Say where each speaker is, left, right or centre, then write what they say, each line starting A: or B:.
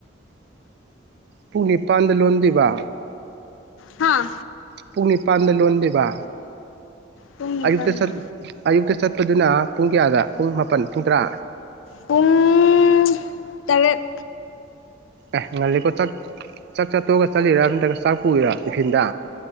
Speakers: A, on the right (about 55°); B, on the left (about 80°).
A: ꯄꯨꯡꯅꯤꯄꯥꯟꯗ ꯂꯣꯟꯗꯤꯕꯥ
B: ꯍꯥꯥ
A: ꯄꯨꯡ ꯅꯤꯄꯥꯟꯗ ꯂꯣꯟꯗꯦ ꯋꯥ
B: ꯄꯨꯡ ꯅꯤꯄꯥꯟꯗ
A: ꯑꯌꯨ ꯁꯠ ꯑꯌꯨꯛꯇꯇꯩ ꯁꯠ ꯆꯄ ꯑꯗꯨꯅ ꯄꯨꯡ ꯀꯌꯥꯗ ꯄꯨꯡ ꯃꯥꯄꯜ ꯄꯨꯡ ꯇꯔꯥ
B: ꯄꯨꯜ ꯇꯔꯦ
A: ꯑꯦ ꯉꯜꯂꯤꯀꯣ ꯆꯥꯛ ꯆꯥꯛ ꯆꯠꯇꯣꯛꯒ ꯆꯠꯂꯤꯔ ꯅꯠꯇ꯭ꯔꯒ ꯆꯥꯛ ꯄꯨꯏꯔꯣ ꯇꯤꯐꯤꯟꯗ